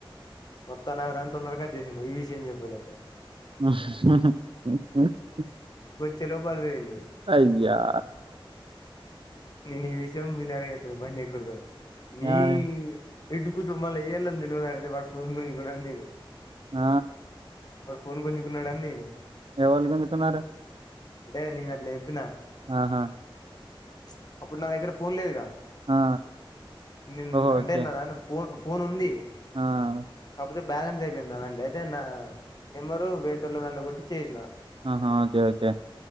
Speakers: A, on the left (about 45°); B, on the right (about 70°).
A: వత్తన్నారంటున్నా గద ఈ విషయం చెప్పలేక పోయ
B: ఆ
A: తేలో పదవేన్
B: అయ్యా
A: నేను ఈ విషయం వినయ్ అన్న కి చెప్పిన బాండ్ ఎక్కుడుగనే నీ
B: ఏమని
A: ఇటుక దుమ లెయిల్ అన్ తేల్వధ అంతే వాడి ఫోన్ పోయింది అని కూడ తే
B: ఆ
A: వాడు ఫోన్ కొంచెుకున్నాడాని నేను
B: ఎవళు గుంచుకున్నారు
A: అంటే నేను అట్ల చెప్పిన
B: ఆహా
A: ప్చ్ అప్పుడు నా దగ్గర ఫోన్ లేదుగ
B: ఆ
A: నేను
B: ఓహో
A: అంటే
B: ఓకే
A: నా దన్న ఫోన్ ఫోన్ ఉంది
B: ఆ
A: అయితే బ్యాలెన్స్ అయిపోయింది అండి అయితే నా నెంబరు వేటోలో దాంట్లో కొట్టి చేసినా
B: ఆహా! ఓకే. ఓకే.